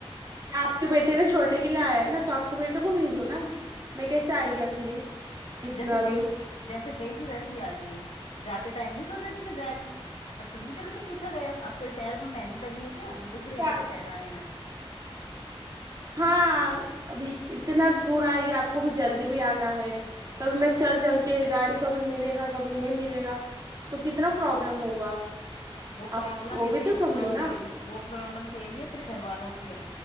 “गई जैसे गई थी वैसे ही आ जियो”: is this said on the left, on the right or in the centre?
Left